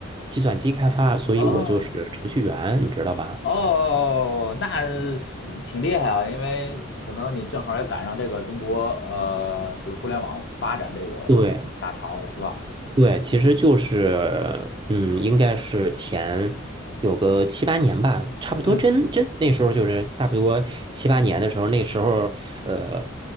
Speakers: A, on the right (about 25°); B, on the left (about 60°).
A: 计算机开发，所以我就是程序员，
B: 哦
A: 你知道吧？
B: 哦，那挺厉害啊，因为可能你正好也赶上这个中国呃，就是互联网发展这个大潮了，
A: 对，
B: 是吧？
A: 对，其实就是，嗯，应该是前有个七八年吧，差不多真真那时候就是差不多七八年的时候，
B: 嗯，
A: 那时候呃